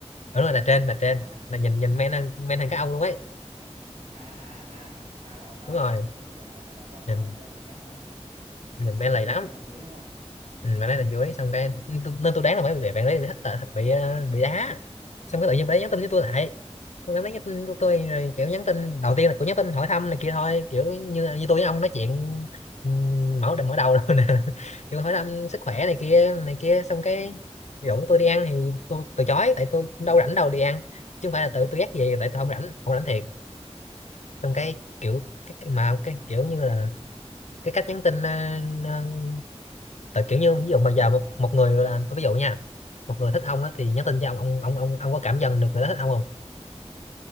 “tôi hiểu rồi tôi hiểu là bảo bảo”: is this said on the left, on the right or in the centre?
Right